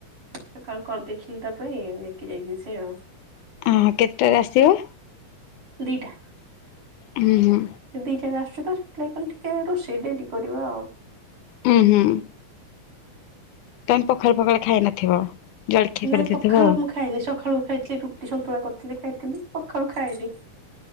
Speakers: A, on the right (about 40°); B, on the left (about 80°).
A: ସକାଳୁ କରିଦେଇଥିଲି ତା ପାଇଁ ନେଇକି ଯାଇଛି ସେ ଆଉ।
B: ଅ ହଁ କେତେଟାରେ ଆସିବ?
A: ଦିଟା
B: ହୁଁ ହୁଁ
A: ସେ ଦିଇଟାରେ ଆସୁଛି ତ ସେଥିଲାଗି କହିଲି ଟିକେ ରୋଷେଇ ଡ଼େରି କରିବା ଆଉ।
B: ହୁଁ ହୁଁ ତମେ ପଖାଳ ଫଖାଳ ଖାଇ ନଥିବ? ଜଳଖିଆ
A: ନାଇଁ
B: କରିଦେଇଥିବ
A: ପଖାଳ
B: ଆଉ।
A: ମୁଁ ଖାଏନି ସଖାଳୁ ଖାଇଥିଲି ରୁଟି ସନ୍ତୁଳା କରିଥିଲି ଖାଇଥିଲି ପଖାଳୁ ଖାଏନି।